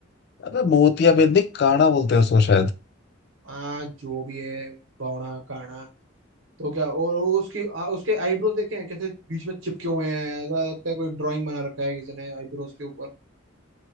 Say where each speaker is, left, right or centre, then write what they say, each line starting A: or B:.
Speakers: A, on the left; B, on the right.
A: अबे मोतिया बिंद नहीं काना बोलते हैं उसको शायद
B: आ जो भी है बौना काना तो क्या और वो उसकी आ, उसके आईब्रोज देखे हैं कैसे बीच में चिपके हुए हैं ऐसा लगता है कोई ड्राइंग बना रखा है किसी ने आईब्रोज के ऊपर